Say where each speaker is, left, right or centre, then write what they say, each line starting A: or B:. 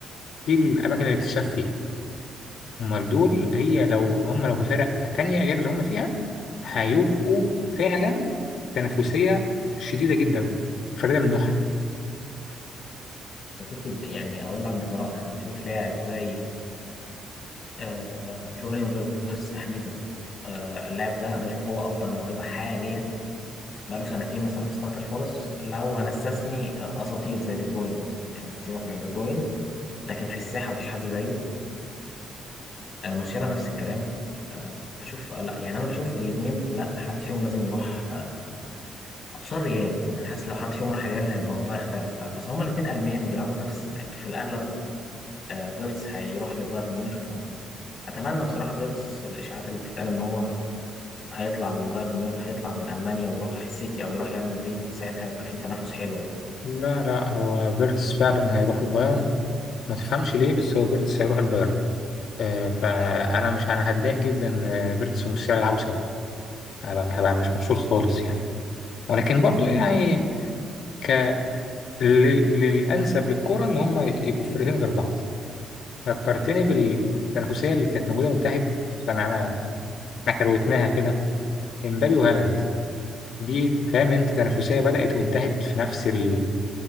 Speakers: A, on the left (about 70°); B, on the left (about 50°).
A: دي الاماكن اللي تتشاف فيها امال دول هي لو هم لو في فرق تانية غير اللي هم فيها هيبقوا فعلا تنافسية شديدة جدا فريدة من نوعها
B: بشوف يعني هقول لك بصراحه يعني انا بشوف لاعب زي آه، فلوريان فيرتس تحديدا آه، اللاعب ده انا بشوف هو افضل موهبه حاليا بقاله سنتين مثلا في صناعه الفرص لو هنستثني آه، اساطير زي دي بروين مثلا يعني سيبك من دي بروين لكن في الساحه مفيش حد زيه آه، موسيالا نفس الكلام آه، بشوف لا يعني انا بشوف الاثنين لا حد فيهم لازم يروح آه، خصوصا ريال يعني انا حاسس لو حد فيهم راح ريال هيبقى الموضوع يختلف آه، اصل هما الاثنين المان وبيلعبوا في نفس في الاغلب آه، فيرتس هيروح لبايرن ميونخ ف اتمنى بصراحه فيرتس الاشاعات اللي بتتقال ان هو هيطلع من بايرن ميون هيطلع من المانيا ويروح السيتي او يروح ريال مدريد ساعتها هيبقى في تنافس حلو يعني
A: لا لا هو فيرتس فعلا هيروح البايرن ما تفهمش ليه بس هو فيرتس هيروح البايرن آه، فانا مش انا هتضايق جدا آه، فيرتس وموسيالا يلعبوا سوا هبقى هبقى مش مبسوط خالص يعني ولكن برضو يعني ك... لل- للانسب للكرة ان هم يبقوا في فرقتين غير بعض فكرتني بالتنافسية اللي كانت موجودة من تحت عشان أنا إحنا كروتناها كده إمبابي وهالاند دي فاهم أنت تنافسية بدأت وانتهت في نفس ال...